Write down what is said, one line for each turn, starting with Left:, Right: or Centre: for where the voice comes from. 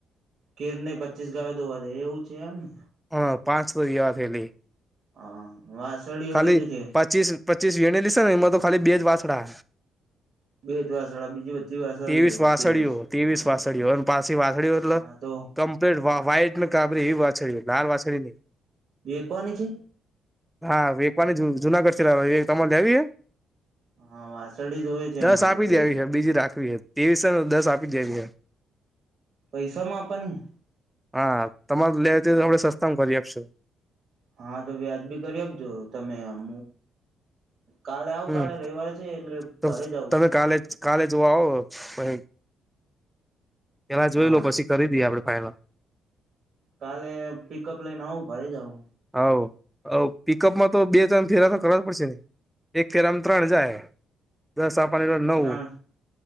Right: ગીર ને પચીસ ગાવે દોવા દે એવું છે એમને?
Centre: હા, પાંચ હુયા ફેલલી
Right: હા વાસળીઓ
Centre: ખાલી
Right: કેટલી છે
Centre: પચીસ પચીસ વેને લીશે એમાં તો ખાલી બે જ વાછડા.
Right: બે જ વાસળા બીજી બધી વાસળીઓ
Centre: તેવીસ વાસળીઓ
Right: ત્રેવીસ
Centre: તેવીસ વાસળીઓ અને પાછી વાસળી એટલે
Right: હા તો
Centre: કમ વે વા-વાહાઈટને કાપડી એવી વાછળ લાલ વાછડી નહી.
Right: વેકવાની છે.
Centre: હા વેકવાની જુ-જુનાગઢ થી લાવે હે તમારે લેવી હે?
Right: હા વાસળી જ હોય છે
Centre: દસ
Right: અમારે
Centre: આપી
Right: બે
Centre: દેવી છે બીજી રાખવી છે તેવીસ દસ આપી દેવી હે.
Right: પૈસા માપા નહીં.
Centre: હા, તમાર લે તે તો આપડા સસ્તામાં કરી આપશું.
Right: હા, તો વ્યાજબી કરી આપજો તમે આમ કાલે આવું
Centre: હમ
Right: કાલે રવિવારે છે, એટલે
Centre: તો
Right: ભરી જવું
Centre: તમે કાલે જ કાલે જોવા આવો, ફરી પેલા જોઈ
Right: હા
Centre: લો પછી કરી દઈએ આપણે ફાાઈનલ
Right: કાલે પિકઅપ લઈને આવું ભરે જઉં
Centre: હોવ, હોવ.. પિકઅપમાં તો બે-ત્રણ ફેરા તો કરવા જ પડશે. એક ફેરા માં ત્રણ જાય, દસ આપવાની હોય તો નવ
Right: ત્રણ